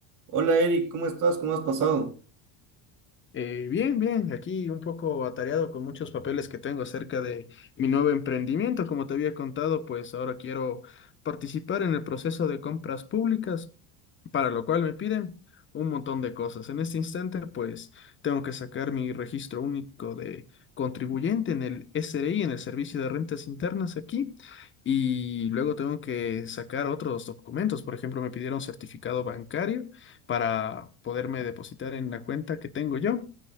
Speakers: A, on the right; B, on the left.
A: Hola Eric, ¿cómo estás? ¿Cómo has pasado?
B: Eh, bien, bien, aquí un poco atareado con muchos papeles que tengo acerca de mi nuevo emprendimiento. Como te había contado, pues ahora quiero participar en el proceso de compras públicas, para lo cual me piden un montón de cosas. En este instante, pues tengo que sacar mi registro único de contribuyente en el SRI, en el Servicio de Rentas Internas aquí, y luego tengo que sacar otros documentos. Por ejemplo, me pidieron certificado bancario para poderme depositar en la cuenta que tengo yo.